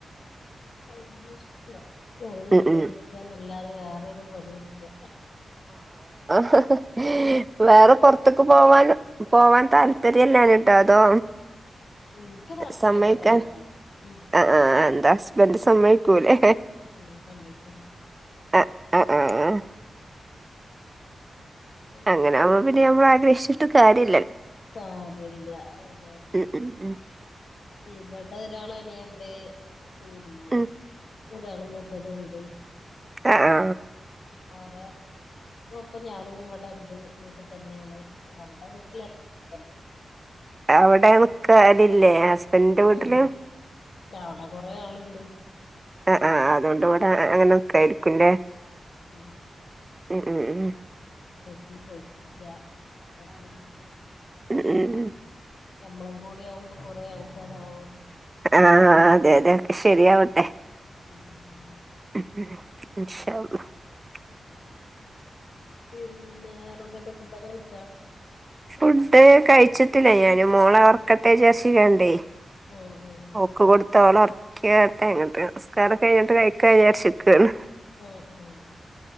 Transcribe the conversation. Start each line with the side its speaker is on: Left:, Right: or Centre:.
Left: <unintelligible> ജോലി
Right: ഉം
Left: ഇലായിരിക്ക
Right: ഉം
Left: മെ ഇല്ലാതെ വേറൊരു പണിയില്ല അഹ്
Right: ഹ ഹ വേറെ പൊറത്തേക്ക് പോവാൻ പോവാൻ താല്പര്യം ഇല്ലാഞ്ഞിട്ടോ അതോ
Left: എനിക്ക് താല്പര്യൊക്കെ
Right: സമ്മയ്ക്കാൻ
Left: തന്നെയാണ് ഉം
Right: ആഹ് ആഹ് എന്താ ഹസ്ബൻഡ് സമ്മയ്ക്കൂലേ
Left: ഉം സമ്മയ്ക്കൂല്ല
Right: ആഹ് ആഹ് ആഹ്
Left: പിന്നെ
Right: അങ്ങനാവുമ്പോ പിന്നെ നമ്മള് ആഗ്രഹിച്ചി ട്ട് കാര്യ
Left: കാര്യല്ല അതന്നെ
Right: ഉം ഉം ഉം
Left: ഇവിടെ ഒരാൾ അനിയണ്ടേ പിന്നെ
Right: ഉം
Left: ഒരാള് മൂത്തതും ഉണ്ട്
Right: ആ ആ
Left: ഓര ഇപ്പ ഞാനും ഇവിടെ ഉണ്ട് വീട്ടി തന്നെയാണ് അവളുടെ വീട്ടിലല്ല എൻ
Right: എവിടേണ് പാടില്ലേ എന്റെ വീട്ടില്
Left: ഉം അവിടെ കൊറേ ആളുണ്ട്
Right: ആ ആ അതുകൊണ്ട് ഇവിടെ അങ്ങനൊക്കെ ആയിരിക്കും ല്ലേ
Left: ഉം
Right: ഉം ഉം ഉം
Left: ഇന്ന് പോയിട്ടില്ല അപ്പൊ പിൻ
Right: മ് മ്
Left: ഞമ്മളും കൂടി ആവുമ്പോ കൊറേ ആൾക്കാരാവും
Right: ആ അതെ അതെ ശരിയാവട്ടെ
Left: ഉം
Right: ഉ
Left: ശരി.
Right: <unintelligible> അ <unintelligible>
Left: ഉ ശരി <unintelligible> പിന്ന വേറെ എന്തൊക്കെ ഫുഡൊക്കെ കഴിച്ചാ
Right: ഫുഡ് കഴിച്ചിട്ടില്ല ഞാൻ മോളെ ർക് ക്കട്ടെ ശീലണ്ടേ
Left: ഉം ഉം
Right: ഓക്ക് കൊടുത്ത് ഓളർ കേട്ടങ്ങട്ട് നിസ്കാരം കഴിഞ്ഞിട്ട് കഴിക്ക വിചാരിച്ച് നിക്കയാണ്
Left: ഓ ഓ